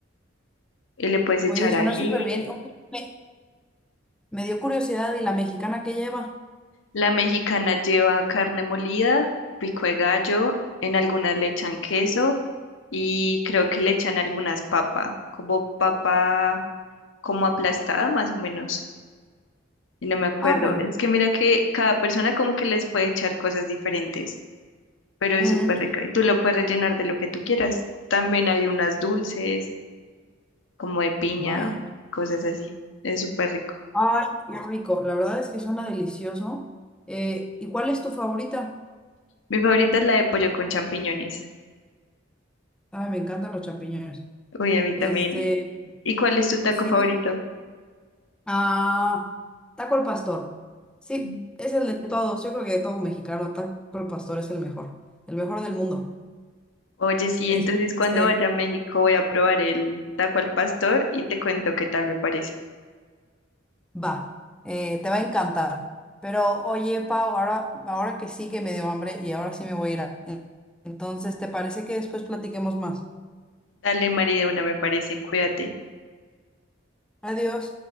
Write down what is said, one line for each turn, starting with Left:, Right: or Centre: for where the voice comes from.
Left: Y le puedes echar
Centre: Oye, suena
Left: ají.
Centre: súper bien. Oye, Me, me dio curiosidad, ¿y la mexicana que lleva?
Left: La mexicana lleva carne molida, pico de gallo, en algunas le echan queso y creo que le echan algunas papas, como papa como aplastada más o menos. Y no me acuerdo.
Centre: Ah, bueno.
Left: Es que mira que cada persona como que les puede echar cosas diferentes. pero es
Centre: mm,
Left: súper rica. Y tú lo puedes rellenar de lo que tú quieras. También hay unas dulces, como de piña,
Centre: vaya.
Left: cosas así. Es súper rico.
Centre: Ay, qué rico. La verdad es que suena delicioso. Eh, ¿y cuál es tu favorita?
Left: Mi favorita es la de pollo con champiñones.
Centre: Ay, me encantan los champiñones.
Left: Uy, a mí también.
Centre: Este,
Left: ¿Y cuál es tu taco
Centre: sí,
Left: favorito?
Centre: Ah, taco al pastor. Sí,
Left: Mm.
Centre: es el de todos. Yo creo que de todo mexicano, taco al pastor es el mejor, el mejor del mundo.
Left: Oye, sí,
Centre: Es-
Left: entonces cuando
Centre: Este,
Left: vaya a México voy a probar el taco al pastor y te cuento qué tal me parece.
Centre: va, eh, te va a encantar. Pero oye, Pau, ahora, ahora que sí que me dio hambre y ahora sí me voy a ir. a- Entonces, ¿te parece que después platiquemos más?
Left: Dale, María, una me parece, cuídate.
Centre: Adiós.